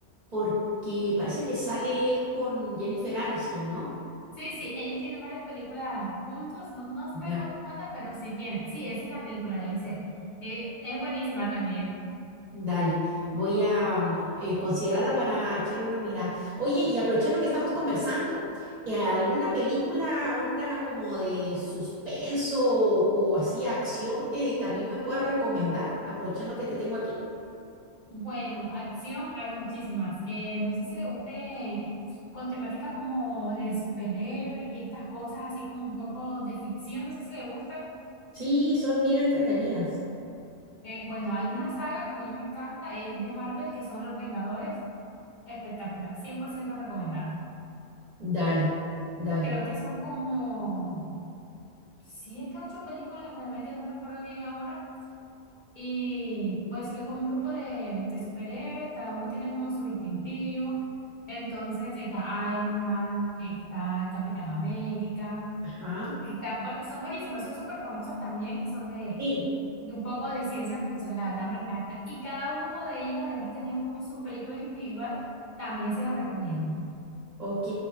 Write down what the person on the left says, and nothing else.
Sí, sí, ellos tienen varias películas juntos, no, no recuerdo
cuántas, pero sí tienen. Sí, esa es la película, debe ser. Eh, es buenísima también.
Bueno, acción hay muchísimas. Eh, no sé si le guste con temática como de superhéroes y estas cosas así como un poco de ficción, no sé si le gusta.
Eh, bueno, hay una saga que a mí me encanta, es de Marvel, que son Los Vengadores. Espectacular, 100% recomendada.
Creo que son como siete, ocho películas, realmente no recuerdo bien ahora. Y pues es un grupo de, de superhéroes, cada uno tiene como su distintivo. Entonces está Iron Man, está Capitán América,
está, bueno, son buenísimas, son súper famosas también y son de,
de un poco de ciencia ficción, la verdad me encanta. Y cada uno de ellos además ha tenido como sus películas individuales, también se las recomiendo.